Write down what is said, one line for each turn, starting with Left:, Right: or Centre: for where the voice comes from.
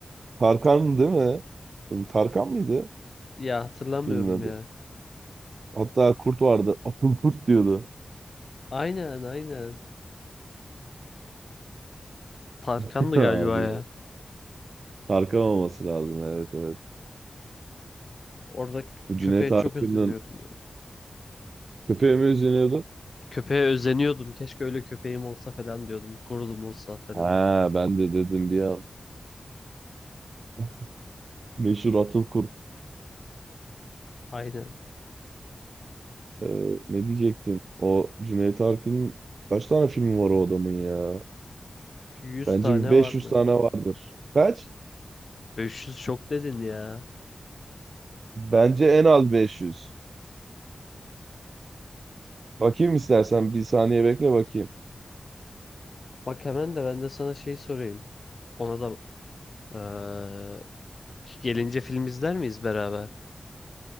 Right: Tarkan değil mi? Şimdi Tarkan mıydı
Left: Ya hatırlamıyorum
Right: filmin adı?
Left: ya.
Right: Hatta kurt vardı. <laughs> Atıl kurt diyordu.
Left: Aynen aynen. Tarkan'dı
Right: <laughs> Abi.
Left: galiba ya.
Right: ya. Tarkan olması lazım. Evet evet.
Left: Orada
Right: Bu Cüneyt
Left: köpeğe
Right: Arkın'ın
Left: çok özeniyordum ya.
Right: köpeği mi üzülüyordu?
Left: Köpeğe özeniyordum. Keşke öyle köpeğim olsa falan diyordum. Kurulum olsa falan.
Right: Ha ben de dedim bir an. <laughs> Meşhur Atıl Kurt.
Left: Aynen.
Right: Ee, ne diyecektim? O Cüneyt Arkın'ın kaç tane filmi var o adamın ya?
Left: 100
Right: Bence
Left: tane
Right: bir 500
Left: vardı.
Right: tane vardır. Kaç?
Left: 500 çok dedin ya.
Right: Bence en az 500. Bakayım istersen bir saniye bekle bakayım.
Left: Bak hemen de ben de sana şey sorayım. Ona da eee, gelince film izler miyiz beraber?